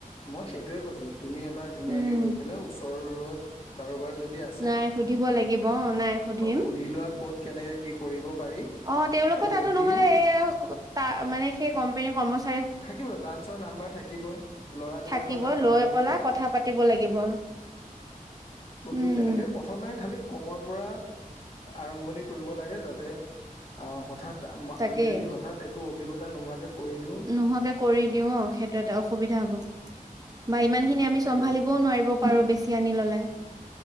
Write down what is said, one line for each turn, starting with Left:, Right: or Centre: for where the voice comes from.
Left: মই সেইটোৱে কৈছোঁ তুমি এবাৰ ধুনীয়াকে
Right: উম
Left: গৈ পেলাই ওচৰত। কাৰোবাৰ যদি আছে
Right: নাই সুধিব লাগিব অ নাই সুধিম
Left: সুধি লোৱা ক'ত কেনেকে কি কৰিব। পাৰি
Right: অ' তেওঁলোকৰ
Left: আৰু
Right: তাতো
Left: যদি
Right: নহলে এ ত মানে সেই কোম্পানীৰ কৰ্মচাৰ
Left: থাকিবই ব্ৰাঞ্চৰ নাম্বাৰ থাকিবই, ল'ৰাবলাকৰ
Right: থাকিব
Left: নাম্বাৰ
Right: লৈ
Left: থাকিবই
Right: পেলা কথা পাতিব লাগিব
Left: কোনটো
Right: উম
Left: কেনেকে প্ৰথমে খালি কমৰ পৰা আৰম্ভণি কৰিব লাগে যাতে অ' হঠাৎ
Right: তাকেই
Left: আমি যদি হঠাৎ। একো অভিজ্ঞতা নোহোৱাকে কৰি দিও
Right: নোহোৱাকে কৰি দিও সেইটো এটা অসুবিধা হ'ব বা ইমানখিনি আমি
Left: তাকে
Right: চম্ভালিবও নোৱাৰিব পাৰো বেছি আনি ললে।